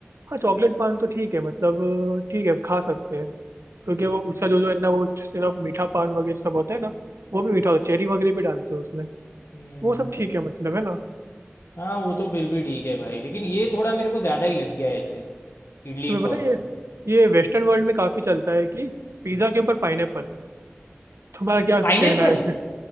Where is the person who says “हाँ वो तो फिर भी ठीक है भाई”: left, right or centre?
Left